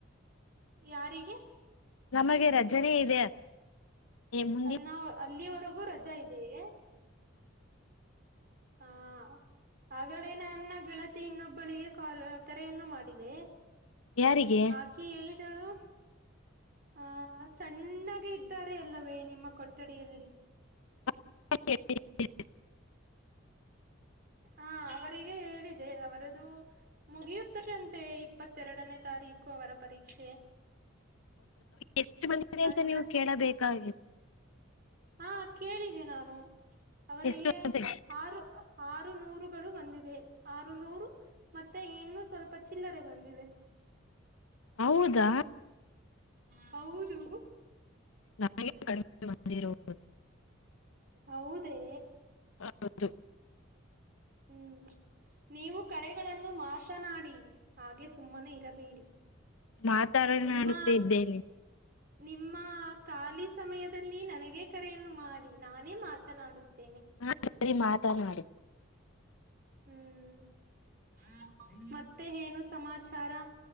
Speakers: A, on the right; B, on the left.
A: ಯಾರಿಗೆ-
B: ನಮಗೆ ರಜನೆ ಇದೆ. ಮುಂದಿನ
A: ನಾ, ಅಲ್ಲಿವರೆಗೂ ರಜಾ ಇದೇಯೆ- ಹಾ <unintelligible> ಆಗಲೇ ನನ್ನ ಗೆಳತಿ ಇನ್ನೊಬ್ಬಳಿಗೆ ಕಾ ಕರೆಯನ್ನು ಮಾಡಿದೆ.
B: ಯಾರಿಗೆ
A: ಆಕೆ ಹೇಳಿದಳು- ಆ ಸಣ್ಣಾಗ ಇದ್ದಾರೆ ಎಲ್ಲವೇ ನಿಮ್ಮ ಕೊಠಡಿಯಲ್ಲಿ
B: ಹ
A: ಹಾ ಅವರಿಗೆ ಹೇಳಿದೆ ಅವರದು ಮುಗಿಯುತ್ತದ ಅಂತೆ ಇಪ್ಪತ್ತೆರಡನೇ ತಾರೀಕ ು ಅವರ ಪರೀಕ್ಷೆ
B: ಎಷ್ಟು ಬಂದಿದೆ
A: ನಂತ
B: ಅಂತ ನೀವು ಕೇಳಬೇಕಾಗಿತ್ತು
A: ಹಾ ಕೇಳಿದೆೆ ನಾನು ಅವರಿಗೆ
B: ಎಷ್ಟು ಬಂದಿದೆ
A: ಆರು ಆರು ನೂರುಗಳು ಬಂದಿದೆ ಆರು ನೂರು ಮತ್ತೆ ಇನ್ನು ಸ್ವಲ್ಪ ಚಿಲ್ಲರೆ ಬಂದಿದೆ <inaudible>
B: ಹೌದಾ
A: ಹೌದು
B: ನ ಕಡಿಮೆ ಬಂದಿರುವುದು
A: ಹೌದೇ
B: ಹೌದು
A: ಹ್ಮ್ ನೀವು ಕರೆಗಳನ್ನು ಮಾಶನಾಡಿ ಹಾಗೆ ಸುಮ್ಮನೆ ಇರಬೇಡಿ
B: ಮಾತಾಡ
A: ನಿಮ್ಮ
B: ನುತ್ತ ಇದ್ದೇನೆ
A: ನಿಮ್ಮ ಖಾಲಿ ಸಮಯದಲ್ಲಿ ನನಗ ಕರೆಯನ್ನು ಮಾಡಿ ನಾನೇ ಮಾತನಾಡುತ್ತ ತನಿ
B: ಹಾ ಸರಿ ಮಾತನಾಡಿ
A: ಹ್ಮ್ ಮತ್ತೆ ಏನು ಸಮಾಚಾರ